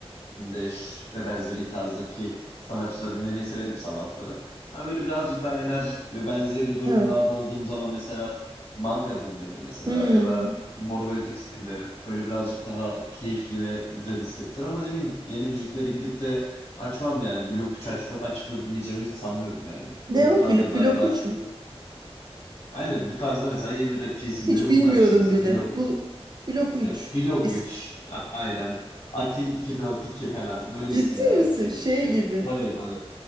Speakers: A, on the left (about 80°); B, on the right (about 40°).
A: Gündeş ve benzeri tarzdaki sanatçıları dinlemeyi severim sabahları. Ama böyle birazcık daha enerjik ve benzeri durumlarda
B: Evet.
A: olduğum zaman mesela manga dinlerim mesela
B: Hmm.
A: ya da Mor ve Ötesi dinlerim. Böyle birazcık daha keyifli ve güzel hissettir ama ne bileyim yeni müzikleri gidip de açmam yani. Blok 3 açıp, açıp da dinleyeceğimi hiç sanmıyorum yani. Böyle
B: Ne o?
A: radyoda
B: Blo blok
A: ya da
B: 3
A: aynen bu tarzda mesela yeni rapçi isimleri
B: Hiç bilmiyorum
A: bunlar işte mesela
B: bile.
A: Blok,
B: Bul Blok 3.
A: işte Blok
B: İsim.
A: 3 aynen Ati 242 falan böyle
B: Ciddi
A: isimler artık
B: misin?
A: yeni
B: Şey
A: şey.
B: gibi.
A: Tabii tabii.